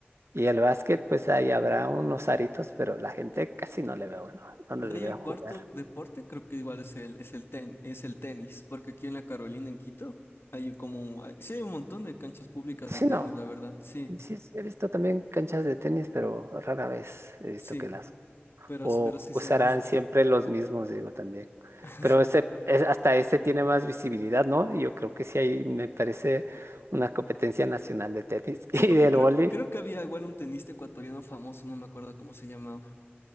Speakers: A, on the right; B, on the left.
A: y el básquet, pues ahí habrá unos aritos, pero la gente casi no le veo, ¿no? No
B: De
A: le
B: ahí
A: veo
B: el
A: jugar.
B: cuarto deporte, creo que igual es el, es el ten, es el tenis, porque aquí en la Carolina, en Quito, hay como, hay- sí hay un montón de canchas públicas
A: Sí,
B: de tenis,
A: no,
B: la verdad, sí,
A: sí, sí, he visto también canchas de tenis, pero rara vez he visto
B: sí,
A: que las
B: pero,
A: o
B: pero sí se
A: usarán
B: ha visto.
A: siempre los mismos, digo también.
B: <laughs>
A: Pero ese, es- hasta ese tiene más visibilidad, ¿no? Yo creo que sí ahí me parece una competencia nacional de tenis <laughs>
B: Sí,
A: y
B: porque
A: del
B: creo,
A: vóley.
B: creo que había igual un tenista ecuatoriano famoso, no me acuerdo cómo se llamaba.